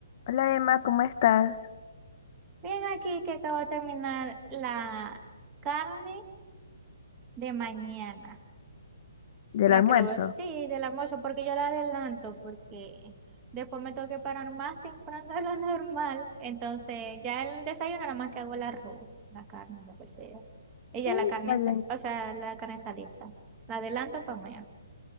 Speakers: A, on the left; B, on the right.
A: Hola Emma, ¿cómo estás?
B: Bien, aquí que acabo de terminar la carne de mañana,
A: ¿Del
B: la
A: almuerzo?
B: que le voy, sí, del almuerzo, porque yo la adelanto, porque después me tengo que parar más temprano de lo <laughs> normal, entonces ya el desayuno nada más que hago el arroz, la carne, lo que sea. Y ya
A: Mm,
B: la carne
A: Está
B: está,
A: bien.
B: o
A: eso.
B: sea, la carne está lista, la adelanto para mañana.